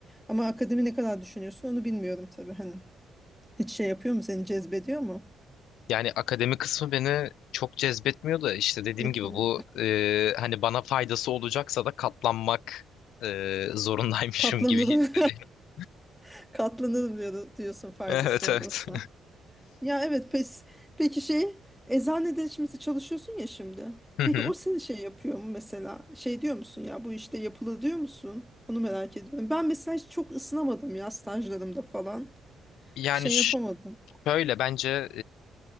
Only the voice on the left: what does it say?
Yani akademi kısmı beni çok cezbetmiyor da işte dediğim
gibi bu e, hani bana faydası olacaksa da katlanmak e, zorundaymışım
gibi hissediyorum. <laughs>
Evet
evet.
Hı
hı.
Yani
ş-
şöyle bence